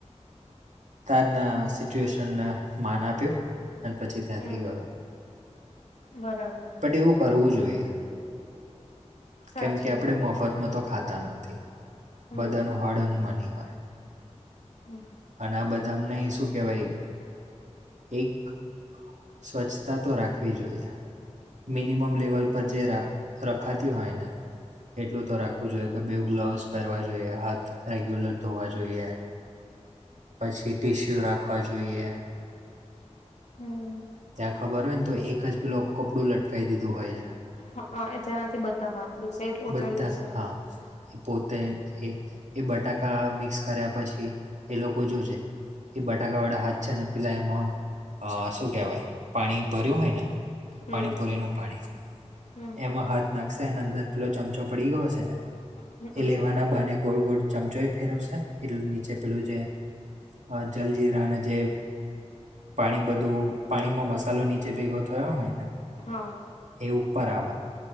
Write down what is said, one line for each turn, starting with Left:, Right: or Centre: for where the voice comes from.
Right: તારના સિચ્યુએશનને માન આપ્યો અને પછી ત્યાં
Left: હમ
Right: થી ગયો.
Left: બરાબર.
Right: એવું કરવું જોઈએ.
Left: સાચી
Right: કેમ કે આપણે
Left: વાત
Right: મફતમાં તો ખાતા નથી,
Left: હમ
Right: બધાનું હળ એન મની હોય‌.
Left: હમ
Right: અને આ બધા અમને શું કેહેવાય એક સ્વચ્છતા તો રાખવી જોઈએ. મિનિમમ લેવલ પર જે રખાતી હોય ને એટલું તો રાખવું જોઈએ કે બે ગ્લોવસ પહેરવા જોઈએ હાથ રેગ્યુલર ધોવા જોઈએ પછી ટીશ્યુ રાખવા જોઈએ.
Left: હમ
Right: ત્યાં ખબર હોય ને તો એક જ પેલું કપડું લટકાવી દીધું હોય છે.
Left: હા એતનાથી બધા વાતલું છે પોતેલું
Right: બધા
Left: છે.
Right: હા એ પોતે એ એ બટાકા મિક્સ કર્યા પછી એ લોકો જોજે એ બટાકા વાળા હાથ છે અને પેલા એમાં શું કહેવાય પાણી ભર્યું હોય ને
Left: હમ
Right: પાણીપુરીનું પાણી
Left: હમ
Right: એમાં હાથ નાખશે અને અંદર પેલો ચમચો પડી ગયો હશે ને
Left: હમમ
Right: એ લેવાના બાને ગોળ ગોળ ચમચો એ ફેરવશે એટલે નીચે પેલું જે હા જલજીરા ને જે પાણી બધું પાણીમાં મસાલો નીચે ભેગો થયો હોયને
Left: હા
Right: એ ઉપર આવા